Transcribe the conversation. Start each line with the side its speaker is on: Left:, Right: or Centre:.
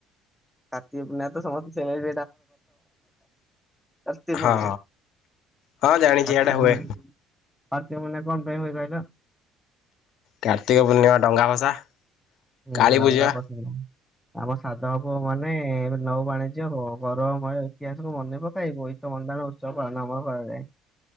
Centre: କାର୍ତ୍ତୀକ ପୂର୍ଣ୍ଣିମାରେ ତ ସମସ୍ତେ <unintelligible> କାର୍ତ୍ତୀକ
Left: ହଁ
Centre: ପୂର୍ଣ୍ଣିମା <inaudible>
Left: ହଁ ଜାଣିଛି
Centre: କାର୍ତ୍ତୀକ
Left: ଏଇଟା ହୁଏ।
Centre: ପୁନେଇ। କାର୍ତ୍ତୀକ ପୂର୍ଣ୍ଣିମା କଣ ପାଇଁ ହୁଏ କହିଲ?
Left: କାର୍ତ୍ତିକ ପୂର୍ଣ୍ଣିମା ଡଙ୍ଗା ଭସା।
Centre: ହୁଁ
Left: କାଳୀ
Centre: ଡ଼ଙ୍ଗା
Left: ପୂଜା
Centre: ପାଖକୁ ଆମ ସାଧ ବ ମାନେ ନୌବାଣିଜ୍ୟ ଅ ଗୌରବମୟ ଇତିହାସକୁ ମନେ ପକାଇବ ତ ବନ୍ଦାଣ ଉତ୍ସବ ପାଳନ ଆମର କରାଯାଏ।